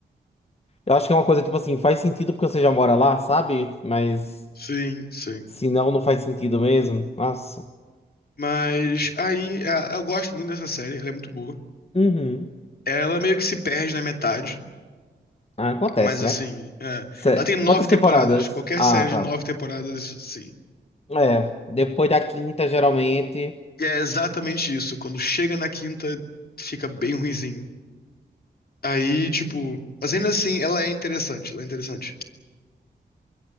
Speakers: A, on the left (about 35°); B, on the left (about 60°).
A: Eu acho que é uma coisa tipo assim, faz sentido porque você já mora lá, sabe? Mas
B: sim, sim.
A: se não, não faz sentido mesmo. Nossa.
B: Mas aí, é, eu gosto muito dessa série. Ela é muito boa.
A: Uhum.
B: Ela meio que se perde na metade.
A: Ah, acontece,
B: Mas assim,
A: né?
B: é,
A: Cé-
B: ela tem nove
A: Quantas
B: temporadas.
A: temporadas?
B: Qualquer
A: Ah,
B: série
A: tá.
B: de nove temporadas, sim.
A: É, depois da quinta, geralmente.
B: E é exatamente isso. Quando chega na quinta, fica bem ruinzinho. Aí, tipo, mas ainda assim, ela é interessante. Ela é interessante.